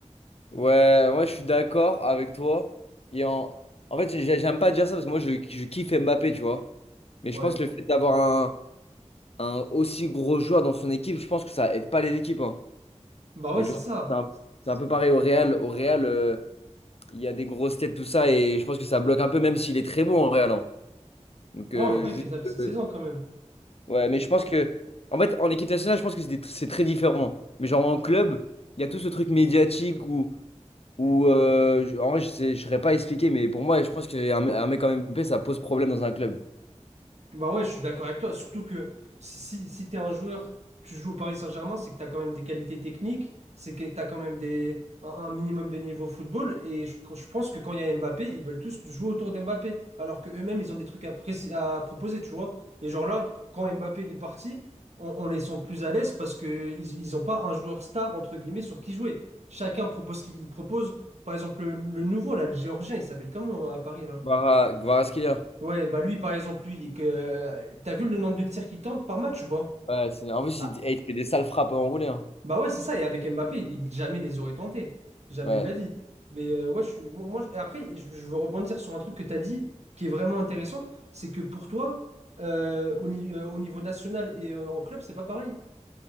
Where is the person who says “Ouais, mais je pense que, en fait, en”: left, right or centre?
Left